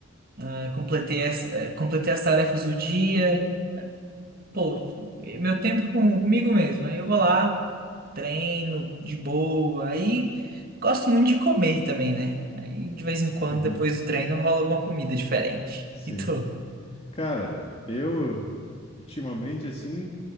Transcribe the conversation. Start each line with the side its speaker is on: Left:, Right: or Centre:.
Right: ah, completei, essa, eh, completei as tarefas do dia, e, pô, é meu tempo com, comigo mesmo. Aí eu vou lá. treino de boa. Aí gosto muito de comer também, né? Aí de vez em quando,
Left: <laughs>
Right: depois do treino, rola alguma comida diferente.
Left: Sim.
Right: <laughs> E tu?
Left: Cara, eu ultimamente assim.